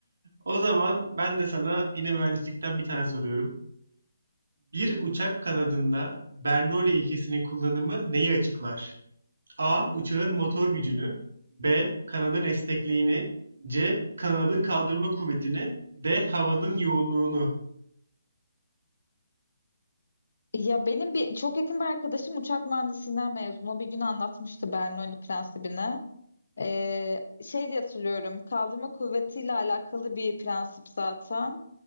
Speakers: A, on the right (about 65°); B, on the left (about 65°).
A: O zaman ben de sana yine mühendislikten bir tane soruyorum. Bir uçak kanadında Bernoulli ilkesinin kullanımı neyi açıklar? A. Uçağın motor gücünü B. Kanadın esnekliğini C. Kanadın kaldırma kuvvetini D. Havanın yoğunluğunu
B: Ya benim bir çok yakın bir arkadaşım uçak mühendisliğinden mezun. O bir gün anlatmıştı Bernoulli prensibini. Ee, şey diye hatırlıyorum. Kaldırma kuvvetiyle alakalı bir prensip zaten.